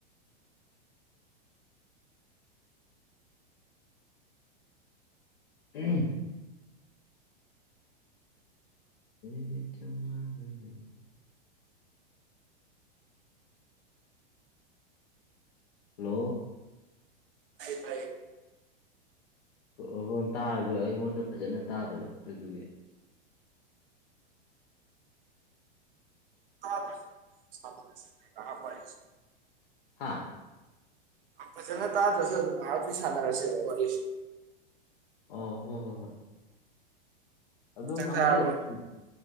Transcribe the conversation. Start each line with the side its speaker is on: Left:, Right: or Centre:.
Left: ꯎꯨꯝ ꯑꯩꯒꯤ ꯊꯥ <unintelligible> ꯍꯜꯂꯣ
Right: ꯇꯥꯏꯌꯦ ꯇꯥꯏꯌꯦ
Left: ꯑꯣ ꯔꯣꯟ ꯇꯥꯔꯖꯨ ꯑꯩꯉꯣꯟꯗ ꯐꯖꯅ ꯇꯥꯗꯕ ꯑꯗꯨꯗꯨꯒꯤ
Right: <inaudible>
Left: ꯍꯥꯥ
Right: ꯐꯥꯖꯅꯥ ꯇꯗ꯭ꯔꯖꯨ ꯑꯗꯨꯝ ꯉꯍꯥꯛꯇꯤ ꯁꯥꯥꯟꯅꯔꯁꯦꯕ ꯋꯥꯔꯤꯁꯤ
Left: ꯑꯥ ꯍꯣꯏ ꯍꯣꯏ ꯍꯣꯏ ꯑꯗꯨꯝ
Right: ꯆꯥꯛ ꯆꯥꯔꯕ꯭ꯔꯣ
Left: ꯍꯥꯏꯗꯣꯛ ꯑꯣ